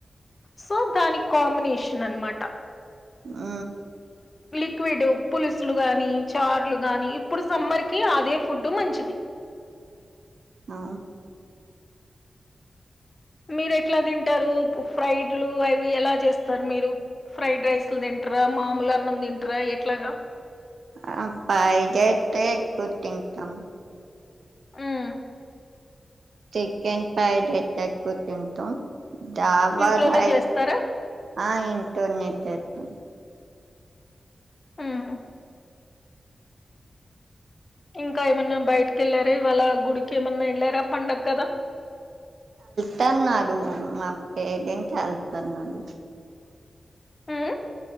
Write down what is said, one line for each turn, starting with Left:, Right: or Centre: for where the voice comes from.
Left: సో దానికి కాంబినేషన్ అనమాట
Right: ఊ
Left: లిక్విడు పులుసులు గానీ, చార్లు గానీ. ఇప్పుడు సమ్మర్ కి అదే ఫుడ్డు మంచిది.
Right: ఆ
Left: మీరు ఎట్లా తింటారూ ఫ్రైడ్లూ అవి ఎలా చేస్తారు మీరు. ఫ్రైడ్ రైస్లు తింటరా, మామూలు అన్నం తింటరా ఎట్లాగా.
Right: ఆ పైజైయితే ఎక్కువ తింటాం.
Left: ఉమ్
Right: చికెన్ ఫ్రైడ్ అయితే ఎక్కువ తింటాం. దాబా
Left: ఇంట్లోనే
Right: రైస్
Left: చేస్తారా
Right: ఆ ఇంటోనే చేత్తాం
Left: ఉమ్ ఇంకా ఏమన్నా బయటకెళ్లారా ఇవాళ్ళా గుడిక్ ఏమన్నా ఎళ్ళారా పండగ గదా
Right: తాన్నాడు మా పేరెంట్ వెళ్తన్నాడు
Left: ఆ